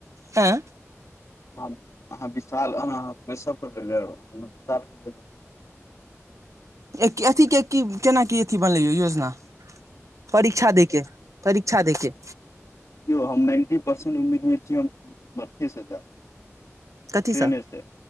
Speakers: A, on the right (about 75°); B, on the left (about 75°).
A: हँ
B: आब आहा विशाल बैसब कते देर
A: एक अथी के की केना की अथ बनलै योजना परीक्षा दै के परीक्षा दैके
B: देखौ हम नाइन्टी परसेंट उम्मीद मे छी हम मर्थे से जाब
A: कथीसँ
B: ट्रेनेसँ